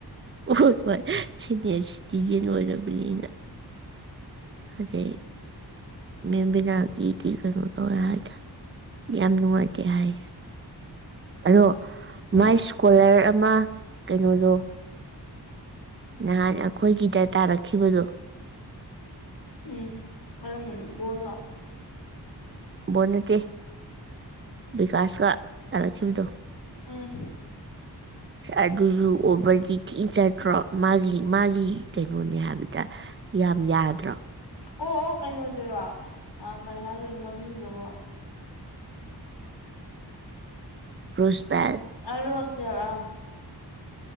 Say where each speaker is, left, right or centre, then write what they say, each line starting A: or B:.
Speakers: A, on the right (about 30°); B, on the left (about 75°).
A: ꯎꯠ ꯍꯣꯏ ꯁꯦꯅꯤꯌꯔ ꯁꯤꯇꯤꯖꯦꯟ ꯑꯣꯏꯔꯕꯅꯤꯅ ꯑꯗꯩ ꯃꯦꯝ ꯕꯤꯅꯥꯒꯤꯗꯤ ꯀꯩꯅꯣ ꯇꯧꯋꯦ ꯍꯥꯏꯗ ꯌꯥꯝ ꯅꯨꯡꯉꯥꯏꯇꯦ ꯍꯥꯏ ꯑꯗꯣ
B: ꯎꯝ
A: ꯃꯥꯏ ꯏꯁꯀꯣꯂꯔ ꯑꯃ ꯀꯩꯅꯣꯗꯣ ꯅꯍꯥꯟ ꯑꯩꯈꯣꯏꯒꯤꯗ ꯇꯥꯔꯛꯈꯤꯕꯗꯣ
B: ꯎꯝ ꯑꯔꯝꯅ ꯣꯂꯣ
A: ꯣ ꯀ ꯀꯥꯁ ꯀ ꯇꯔꯥ ꯊꯕꯤ ꯇꯣ
B: ꯎꯝ
A: ꯑꯗꯨꯁꯨ ꯑꯣꯕꯔꯗꯤ ꯊꯤ ꯆꯠꯇ꯭ꯔꯣ ꯃꯥꯒꯤ ꯃꯥꯒꯤ ꯆ ꯀꯩꯅꯣꯅꯦ ꯍꯥꯏꯕꯗ ꯌꯥꯝ ꯌꯥꯗ꯭ꯔꯣ
B: ꯑꯣ ꯑꯣ ꯀꯩꯅꯣꯗꯨꯔꯣ ꯀꯩ ꯍꯥꯏꯈꯔꯦ ꯃꯃꯤꯡꯗꯨꯕꯨ
A: ꯔꯣꯁꯕꯦꯜ
B: ꯍꯅ ꯑꯔꯣ ꯑꯁꯒꯂ